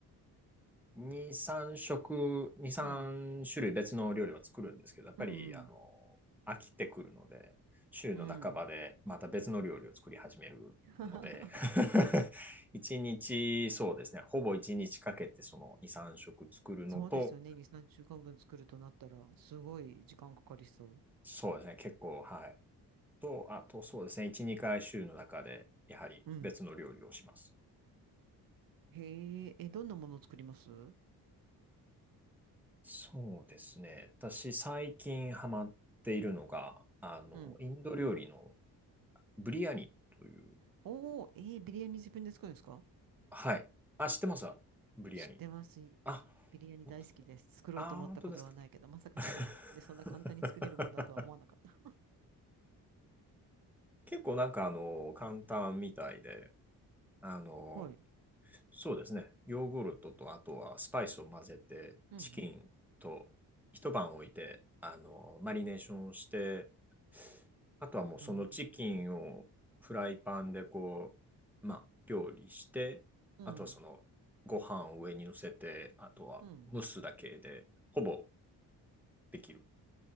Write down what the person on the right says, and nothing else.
うん、
うん、うん。
うん <laughs>
そうですよね。2、3週間分作るとなったら、すごい時間かかりそう。
うん。へえ、え、どんなものを作りますう
ん。
おー、えービリヤニ自分で作るんですか
知ってます
ビリヤニ大好きです作ろうと思ったことはないけどまさか自分でそんな簡単に作れるもんだとは思わなかった
うん
うん
うん
うん
うん